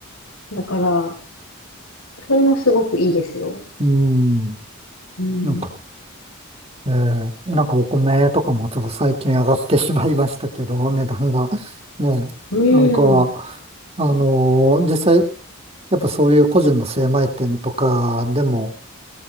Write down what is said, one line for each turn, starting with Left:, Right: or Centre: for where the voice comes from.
Left: だから、それもすごくいいですよ。
Right: うん、
Left: うん。
Right: なんか、えー、なんかお米とかもちょっと最近上がってしまいましたけど、値段が。ね、
Left: うん。
Right: なんか、
Left: うん
Right: あのー実際、やっぱそういう個人の精米店とかでも、